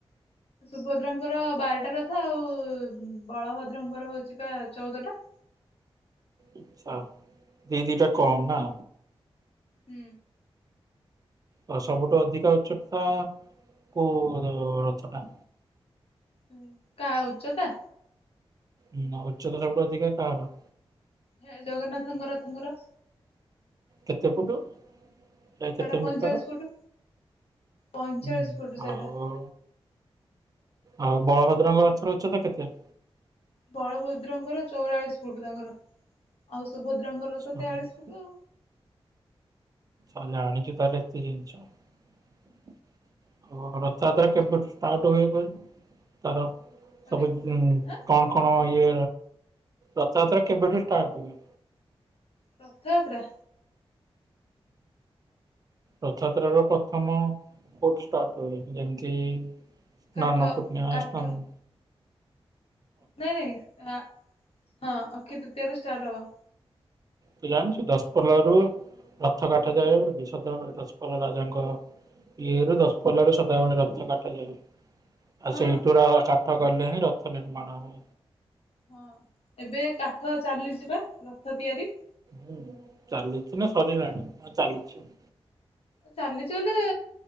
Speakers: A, on the left; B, on the right.
A: ସୁଭଦ୍ରାଙ୍କର ବାରଟା ରଥ ଆଉ ବଳଭଦ୍ରଙ୍କର ହଉଛି ବା ଚଉଦଟା।
B: ଇଛା ଦି ଦି ଟା କମ୍ ନା।
A: ହୁଁ।
B: ତ ସବୁଠୁ ଅଧିକା ଉଚ୍ଚତା କୋଉ ରଥ ଟା?
A: ହଁ କାହା ଉଚ୍ଚତା?
B: ହୁଁ ଉଚ୍ଚତା ସବୁଠୁ ଅଧିକା କାହାର?
A: ହେ ଜଗନ୍ନାଥଙ୍କ ରଥଙ୍କର
B: କେତେ ଫୁଟ? ଏ କେତେ
A: ସେଟା ପଇଁଚାଳିଶ
B: ମିଟର?
A: ଫୁଟ ପଇଁଚାଳିଶ
B: ହୁଁ
A: ଫୁଟ ସେଟା।
B: ଆଉ ଆଉ ବଳଭଦ୍ରଙ୍କ ରଥ ର ଉଚ୍ଚ ତ କେତେ?
A: ବଳଭଦ୍ରଙ୍କର ଚଉରାଳିଶ ଫୁଟ ତାଙ୍କର। ଆଉ ସୁଭଦ୍ରାଙ୍କର ତ
B: ଆଚ୍ଛା
A: ତେୟାଳିଶ ଫୁଟ ।
B: ଆଚ୍ଛା ଜାଣିଛୁ ତାହଲେ ଏତେ ଜିନିଷ ଆଉ ହଁ ରଥଯାତ୍ରା କେବେଠୁ ଷ୍ଟାର୍ଟ ହୁଏ କହିଲୁ ତାର ସବୁ
A: ଏ ଆଁ
B: କଣ କଣ ଇଏ? ରଥଯାତ୍ରା କେବେଠୁ ଷ୍ଟାର୍ଟ ହୁଏ?
A: ରଥ ଯାତ୍ରା।
B: ରଥଯାତ୍ରର ପ୍ରଥମ କୋଉଠୁ ଷ୍ଟାଟ ହୁଏ ଯେମିତି ଏଇ ସ୍ନାନ
A: କାଠ
B: ପୂର୍ଣ୍ଣିମା
A: କାଠ
B: ଷ୍ଟାନ
A: ନାଇଁ ନାଇଁ ନା ହଁ କେକେବେ ଷ୍ଟାଟ୍ ହବ।
B: ତୁ ଜାଣିଛୁ ଦଶପଲା ରୁ ରଥ କାଠ ଯାଏ ବୋଲି <unintelligible> ପୋଲରେ ସଦାବେଳେ ରଥକାଠ <unintelligible> ଆ
A: ହଁ
B: ସେଇଠୁରା କାଠ ଗଲେ ହିଁ ରଥ ନିର୍ମାଣ ହବ।
A: ହଁ, ଏବେ କାଠ ଚାଲିଚିବା ରଥ ତିଆରି ।
B: ହୁଁ, ଚାଲିଛି ନା ସରିଲାଣି! ଆ ଚାଲିଛି ।
A: ଚାଲିଚି ବଲେ